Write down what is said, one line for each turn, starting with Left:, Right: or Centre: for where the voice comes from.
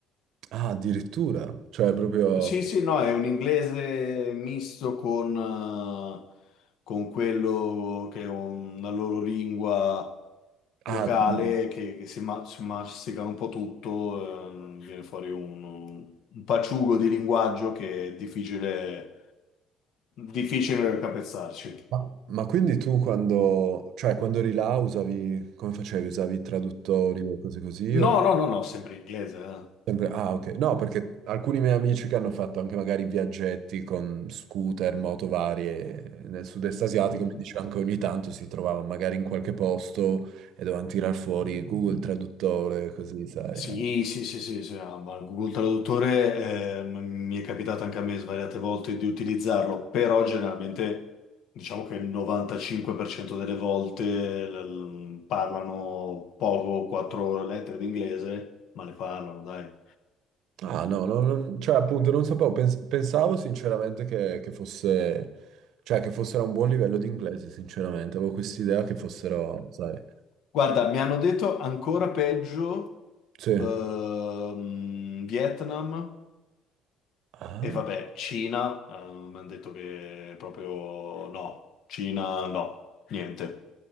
Right: Ah, addirittura, cioè proprio...
Left: Sì, sì, no, è un inglese misto con, eh, con quello che è una loro lingua locale
Right: Ah, ehm,
Left: che, che si, ma- si masticano un po' tutto, ehm, viene fuori un, un paciugo di linguaggio che è difficile, difficile capezzarci.
Right: Ma, ma quindi tu quando, cioè quando eri là usavi, come facevi? Usavi traduttori o cose così? O
Left: No, no, no, no, sempre in inglese. eh.
Right: sempre, ah, ok. No, perché alcuni miei amici che hanno fatto anche magari viaggetti con scooter, moto varie nel sud-est asiatico,
Left: Mhm.
Right: mi dicevano che ogni tanto si trovavano magari in qualche posto e dovevano tirar fuori Google Traduttore, così, sai.
Left: Sì,
Right: eh.
Left: sì, sì, sì, sì, no, ma Google Traduttore ehm, mi è capitato anche a me svariate volte di utilizzarlo, però generalmente diciamo che il 95% delle volte l- l- parlano poco, quattro lettere d'inglese, ma le parlano, dai.
Right: Ah, no, no, non- cioè appunto non sapevo, pens- pensavo sinceramente che, che fosse, cioè che fossero a un buon livello di inglese, sinceramente, avevo quest'idea che fossero, sai,
Left: Guarda, mi hanno detto ancora peggio,
Right: sì.
Left: ehm, Vietnam
Right: Ah.
Left: e vabbè, Cina, ehm, mi hanno detto che proprio no, Cina no, niente.